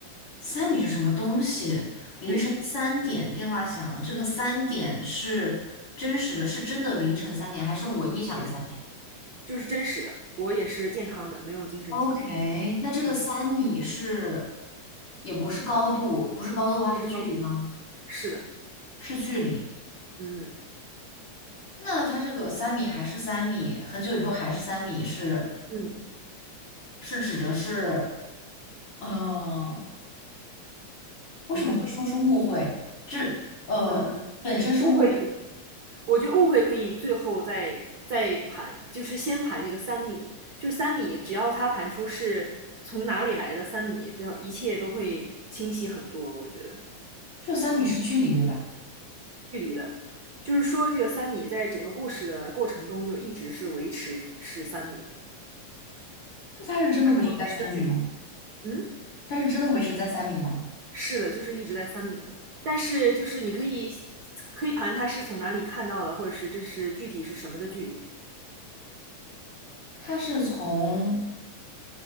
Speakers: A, on the left; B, on the right.
A: 三米是什么东西？凌晨三点电话响了，
B: 对，
A: 这个三点是真实的，是真的凌晨三点，还是我臆想的三点
B: 对的，就是真实的，我也是健康的，没有精神疾病，
A: ？OK，那这个三米是，
B: 嗯，
A: 也不是高度，不是高度的话是距离吗？
B: 不是高度，是的，
A: 是距离。
B: 嗯
A: 那它这个三米还是三米，很久以后还是三米是，
B: 嗯
A: 是指的是，呃，为什么会说是误会？
B: 嗯
A: 这呃本身是误会，
B: 嗯，误会可以，我觉得误会可以最后再再盘，就是先盘这个三米，就是三米，只要它盘出是从哪里来的三米，这一切都会清晰很多。我觉得
A: 这三米是距离对吧？
B: 的，就是说这个三米在整个故事的过程中就一直是维持是三米，
A: 那它是真的维持在三米吗？
B: 然后它是个距离，嗯，
A: 他是真的维持在三米吗？
B: 是的，就是一直在三米，但是就是你可以可以盘它是从哪里看到的，或者是这是具体是什么的距离，
A: 他是从